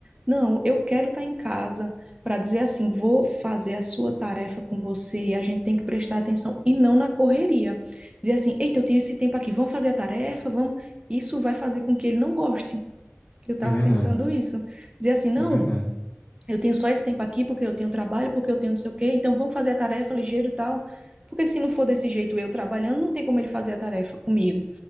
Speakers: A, on the right; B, on the left.
A: Não, eu quero estar em casa para dizer assim, vou fazer a sua tarefa com você, a gente tem que prestar atenção e não na correria dizer assim, eita, eu tenho esse tempo aqui, vamos fazer a tarefa, vamos. Isso vai fazer com que ele não goste. Eu estava
B: É verdade,
A: pensando isso. Dizer assim, não,
B: é verdade.
A: eu tenho só esse tempo aqui porque eu tenho trabalho, porque eu tenho não sei o quê, então vamos fazer a tarefa ligeiro e tal. Porque se não for desse jeito eu trabalhando, não tem como ele fazer a tarefa comigo.